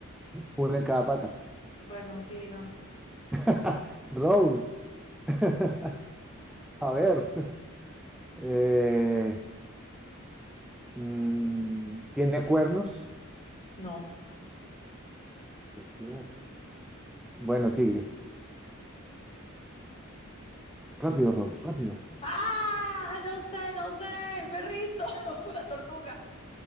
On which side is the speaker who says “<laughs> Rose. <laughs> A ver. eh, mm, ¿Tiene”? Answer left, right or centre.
Centre